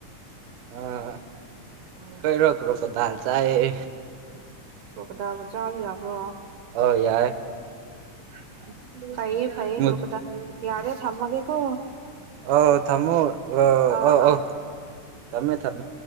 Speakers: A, on the right (about 80°); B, on the right (about 65°).
A: ꯑꯥ
B: ꯑ
A: ꯀꯩꯔꯣ ꯀ꯭ꯔꯣꯀꯣꯗꯥꯏꯜ ꯆꯥꯏꯌꯦ
B: ꯄꯣꯀꯗꯥꯕ ꯆꯥꯕ ꯌꯥꯕ꯭ꯔꯣ
A: ꯑ ꯌꯥꯏꯏ
B: <unintelligible> ꯐꯏꯌꯦ ꯐꯌꯦ
A: ꯃꯨꯠ
B: ꯀꯨꯀꯗꯥ ꯌꯥꯔꯦ ꯊꯝꯃꯒꯦꯀꯣ
A: ꯑ ꯊꯝꯃꯣ ꯑ
B: ꯑꯥ
A: ꯑ
B: ꯑꯥ
A: ꯑ
B: ꯑꯥ
A: ꯊꯝꯃꯦ ꯊꯝꯃꯦ